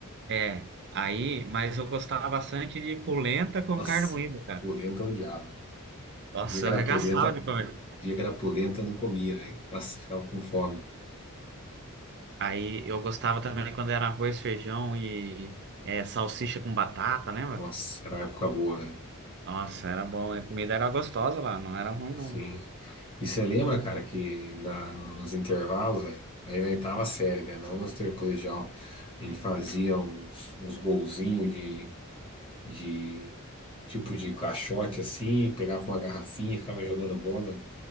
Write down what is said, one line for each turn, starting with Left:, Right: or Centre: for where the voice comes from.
Right: É, aí, mas eu gostava bastante de polenta com
Left: Nossa,
Right: carne moída, cara.
Left: polenta eu odiava.
Right: Nossa,
Left: O dia que
Right: eu
Left: era
Right: arregaçava
Left: polenta,
Right: de comer.
Left: dia que era polenta eu não comia, velho. Nossa, eu ficava com fome.
Right: Aí eu gostava também quando era arroz, feijão e é, salsicha com batata, lembra?
Left: Nossa, era uma época boa, velho.
Right: Nossa, era bom, né? A comida era gostosa lá, não era ruim,
Left: Sim.
Right: não.
Left: E você lembra, cara, que na- nos intervalos, velho, aí na oitava série, né? Não no intercolegial, a gente fazia uns, uns golzinhos de, de tipo de caixote assim, pegava uma garrafinha, e ficava jogando bola.